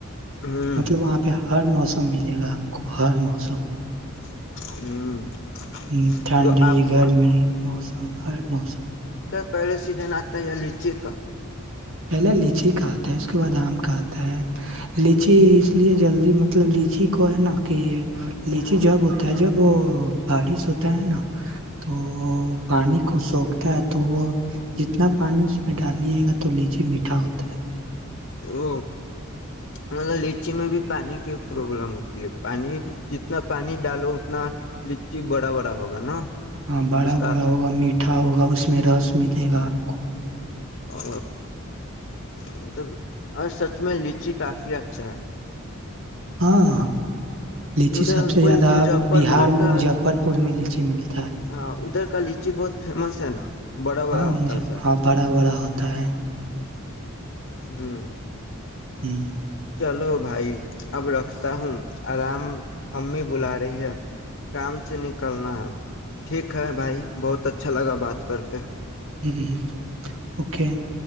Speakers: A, on the left; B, on the right.
A: ہ
B: مطلب وہاں پہ ہر موسم ملے گا گہار موسم
A: ہوں <unintelligible>
B: ہ ٹھنڈی
A: تو آپ کو
B: گرمی موسم ہر موسم
A: پہلاے سیزن آتا یہ لی چےیک
B: پہلے لیچی کا آتا ہے اس کے بعد آم کا آتا ہے لیچے اس لیے جلدی مت مطلب لیچی کو ہے نا کہ یہ لیچی جب ہوتا ہے جب وہ بارش ہوتا ہے نا تو پانی کو سوکھتا ہے تو وہ جتنا پانی اس پہ ڈالیے گا تو لیچی میٹا ہوتا ہے
A: ا مطلب لچی میں بھی پانی کی پرابلم ہوتی ہے پانی جتنا پانی ڈالو اتنا لچی بڑا بڑا ہوگا نا
B: ہاں بڑا
A: اس کا
B: بڑا ہوگا میٹھا ہوگا اس میں رس ملے گا آپ کو
A: ا مطلب اور سچ میں لچی کافی اچھا ہے
B: ہاں لچی
A: ادھر
B: سب سے
A: کوئی
B: زیادہ
A: مظفر
B: بہار
A: پور
B: میں
A: کا
B: مظفر پور میں لچی ملتی
A: ہاں ادھر کا ل لیچی بہت فیمس ہے نا بڑا بڑا
B: ہاں
A: ہوتا
B: مجھے
A: ہے سر
B: ہاں بڑا بڑا ہوتا ہے
A: ہوں
B: ہوں
A: چلو بھائی اب رکھتا ہوں آرام امی بلا رہی ہے کام سے نکلنا ہے ٹھیک ہے بھائی بہت اچھا لگا بات کر کے
B: ہ اوکے